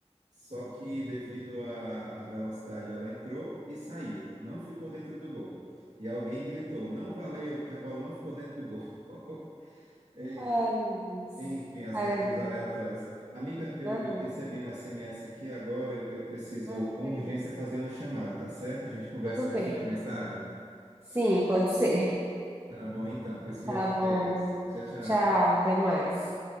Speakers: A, on the right; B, on the right.
A: Só que devido à, à velocidade ela entrou e saiu, não ficou dentro do gol. E alguém gritou: "Não valeu, porque a bola não ficou dentro do gol". <laughs> Eita.
B: Ai, meu Deus.
A: Enfim, as
B: Ai,
A: regras
B: meu Deus.
A: aleatórias. Amiga, eu,
B: Aham.
A: eu recebi um SMS aqui agora, eu, eu preciso
B: Ah,
A: com
B: beleza.
A: urgência fazer uma chamada, tá certo? A gente conversa
B: Tudo bem.
A: depois, mais tarde.
B: Sim, pode ser.
A: Tá bom então, pois fica
B: Tá
A: com
B: bom.
A: Deus. Tchau, tchau.
B: Tchau, até mais.